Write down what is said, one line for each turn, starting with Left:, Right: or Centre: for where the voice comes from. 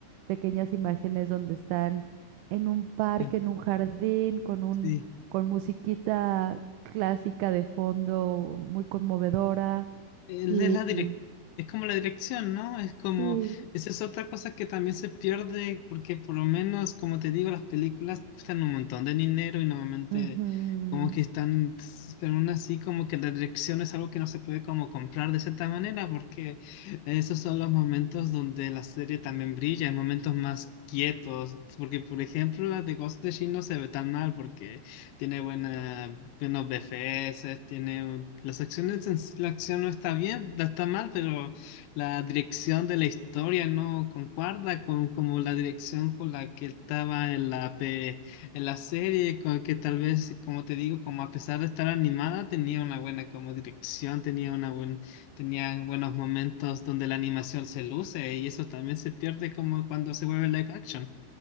Right: pequeñas imágenes donde están en un parque,
Left: Mm,
Right: en un jardín, con un,
Left: Sí.
Right: con musiquita clásica de fondo, muy conmovedora
Left: Él
Right: y
Left: Es la direc- es como la dirección, ¿no? Es
Right: sí.
Left: como, esa es otra cosa que también se pierde, porque por lo menos, como te digo, las películas cuestan un montón de dinero y normalmente
Right: ujú.
Left: como que están, pero aún así como que la dirección es algo que no se puede como comprar de cierta manera, porque esos son los momentos donde la serie también brilla, en momentos más quietos, porque por ejemplo las de Ghost de Shin no se ve tan mal, porque tiene buena, buenos BFS, tiene las acciones, en sí- la acción no está bien, no está mal, pero la dirección de la historia no concuerda con como la dirección con la que estaba en la pe- en la serie, con que tal vez, como te digo, como a pesar de estar animada, tenía una buena como dirección, tenía una buen, tenía buenos momentos donde la animación se luce y eso también se pierde como cuando se vuelve live action.